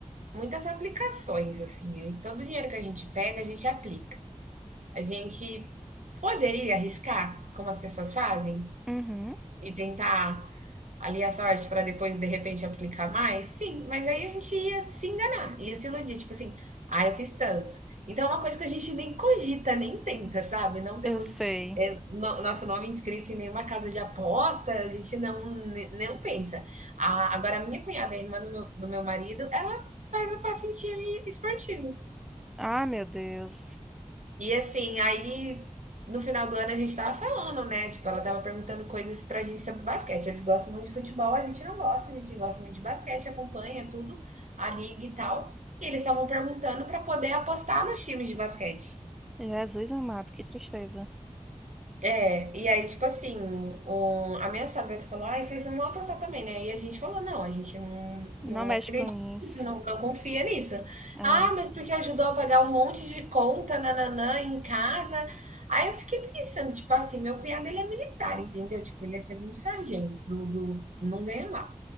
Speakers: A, on the right (about 85°); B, in the centre.
A: muitas aplicações, assim. E Todo o dinheiro que a gente pega, a gente aplica. A gente poderia arriscar, como as pessoas fazem,
B: Uhum,
A: e tentar ali a sorte para depois, de repente, aplicar mais? Sim, mas aí a gente ia se enganar, ia se iludir, tipo assim, ah, eu fiz tanto. Então é uma coisa que a gente nem cogita, nem tenta, sabe? Não temos
B: eu sei.
A: é, no- nosso nome inscrito em nenhuma casa de aposta, a gente não, ne- não pensa. A- agora, a minha cunhada, a irmã do meu, do meu marido, ela faz a pacentinha esportiva.
B: Ah, meu Deus.
A: E assim, aí no final do ano a gente tava falando, né? Tipo, ela tava perguntando coisas pra gente sobre basquete. Eles gostam muito de futebol, a gente não gosta, a gente gosta muito de basquete, acompanha tudo, a liga e tal. E eles estavam perguntando pra poder apostar nos times de basquete.
B: Jesus amado, que tristeza.
A: É, e aí, tipo assim, o- a minha sogra falou, ai, vocês não vão apostar também, né? E a gente falou, não, a gente não, não
B: Não mexe
A: acredita
B: com isso.
A: nisso, não, não confia nisso.
B: É.
A: Ah, mas porque ajudou a pagar um monte de conta, nananã, em casa. Aí eu fiquei pensando, tipo assim, meu cunhado, ele é militar, entendeu? Tipo, ele é segundo sargento, do, do, não ganha mal.